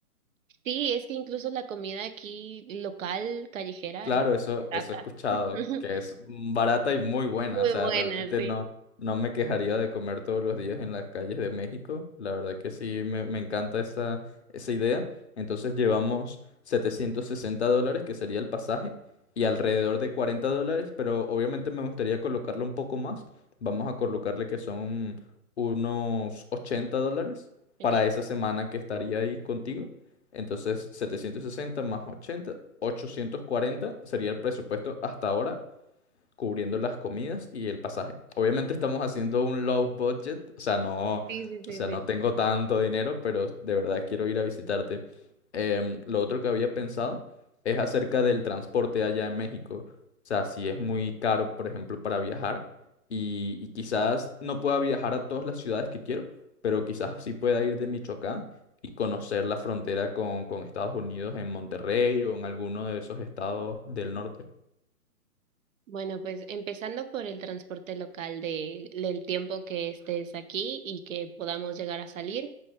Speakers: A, on the right; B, on the left.
A: Sí, es que incluso la comida aquí local, callejera,
B: Claro,
A: es
B: eso,
A: barata.
B: eso he escuchado,
A: <laughs>
B: que es barata y muy buena.
A: Muy
B: O sea,
A: buena,
B: realmente
A: sí.
B: no, no me quejaría de comer todos los días en las calles de México. La verdad que sí, me, me encanta esa, esa idea. Entonces llevamos 760 dólares, que sería el pasaje, y alrededor de 40 dólares, pero obviamente me gustaría colocarle un poco más. Vamos a colocarle que son unos 80 dólares
A: Okay.
B: para esa semana que estaría ahí contigo. Entonces, 760 más ochenta, ochocientos cuarenta sería el presupuesto hasta ahora cubriendo las comidas y el pasaje. Obviamente estamos haciendo un low budget, o sea, no,
A: Sí, sí, sí,
B: o sea,
A: sí.
B: no tengo tanto dinero, pero de verdad quiero ir a visitarte. Em, lo otro que había pensado es acerca del transporte allá en México. O sea, si es muy caro, por ejemplo, para viajar y, y quizás no pueda viajar a todas las ciudades que quiero, pero quizás sí pueda ir de Michoacán y conocer la frontera con, con Estados Unidos en Monterrey o en alguno de esos estados del norte.
A: Bueno, pues empezando por el transporte local de, del tiempo que estés aquí y que podamos llegar a salir,